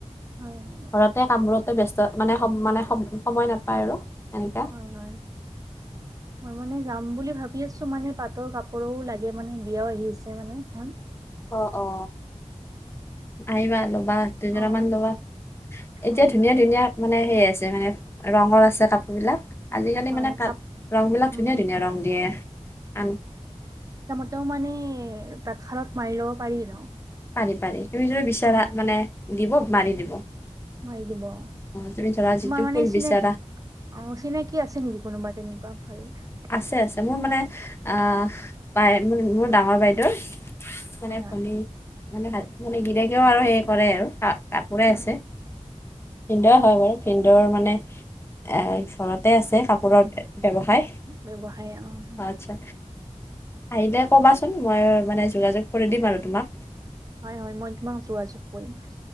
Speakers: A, on the right; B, on the left.
A: হয় হয়
B: ঘৰতে কামবোৰতে ব্যস্ত মানে মানে সময় নাপায় আৰু <unintelligible>
A: হয় হয় মই মানে যাম বুলি ভাবি আছো মানে পাটৰ কাপোৰো লাগে মানে বিয়াও আহি আছে মানেখন
B: অ অ আহিবা ল'বা দুজন
A: অ
B: মান ল'বা এতিয়া
A: হয়
B: ধুনীয়া
A: হয়
B: ধুনীয়া মানে সেই আছে মানে ৰঙৰ আছে কাপোৰ বিলাক আজিকালি
A: হয়
B: মানে ক
A: কাপ
B: ৰং বিলাক
A: উম
B: ধুনীয়া ধুনীয়া ৰং দিয়ে আন
A: তেওঁও মানে তাঁতশালত মাৰি লব পাৰি ন
B: পাৰি পাৰি তুমি যদি বিচাৰা
A: অ
B: মানে দিব মাৰি দিব অ
A: মইকিব <unintelligible>
B: তুমি ধৰা যিটো
A: তোমাৰ মানে
B: ফুল
A: চিনাকি
B: বিচাৰা
A: অ চিনাকি আছে নেকি কোনোবা তেনেকুৱা হাল্থ <unintelligible>
B: আছে আছে মোৰ মানে আহ বাই মোৰ ডাঙৰ বাইদেউৰ মানে
A: হয় হয়
B: ভনী মানে মানে গিৰেকেও আৰু সেই কৰে আৰু খা কাপোৰে আছে
A: অ
B: ভিন্দই হয় বাৰু ভিন্দৰ মানে এ ঈফৰতে আছে কাপোৰ ব্যৱসায়
A: ব্যৱসায় অ
B: আচ্ছা আহিলে ক'বাচোন মই মানে যোগাযোগ কৰি দিম আৰু তোমাক
A: হয় হয় মই মা যোগাযোগ কৰিম।